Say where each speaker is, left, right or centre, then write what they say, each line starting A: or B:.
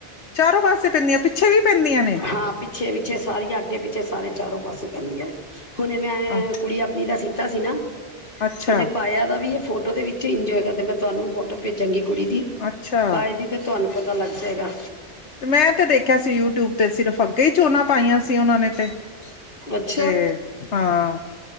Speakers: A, on the left; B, on the left.
A: ਚਾਰੋਂ ਪਾਸੇ ਪੈਂਨੀਆਂ, ਪਿੱਛੇ ਵੀ ਪੈਂਦੀਆਨ?
B: ਹਾਂ ਪਿੱਛੇ ਪਿੱਛੇ ਸਾਰੀਆਂ ਅੱਗੇ-ਪਿੱਛੇ ਸਾਰੇ ਚਾਰੋਂ ਪਾਸੇ ਪੈਂਦੀਆਂ ਨੇ, ਹੁਣੇ ਮੈਂ
A: ਅ
B: ਕੁੜੀ ਆਪਣੀ ਦਾ ਸੀਤਾ ਸੀ ਨਾ,
A: ਅੱਛਾ
B: ਤੇ ਓਨੇ ਪਾਇਆ ਦਾ ਵੀ ਏ। ਫੋਟੋ ਦੇ ਵਿੱਚ ਇੰਜੇ ਹੋਏਗਾ, ਤੇ ਮੈਂ ਤੁਆਨੂੰ ਫੋਟੋ ਪੇਜਾਂਗੀ ਕੁੜੀ ਦੀ
A: ਅੱਛਾ
B: ਪਾਏ ਦੀ ਤੇ ਤੁਆਨੂੰ ਪਤਾ ਲੱਗ ਜੇਗਾ।
A: ਤੇ ਮੈਂ ਤੇ ਦੇਖੇਆ ਸੀ, ਯੂਟਯੁਬ ਤੇ ਸਿਰਫ ਅੱਗੇ ਹੀ ਚੋਂਨਾ ਪਾਈਆਂ ਸੀ ਓਨਾਂ ਨੇ ਤੇ।
B: ਅੱਛਾ,
A: ਤੇ ਹਾਂ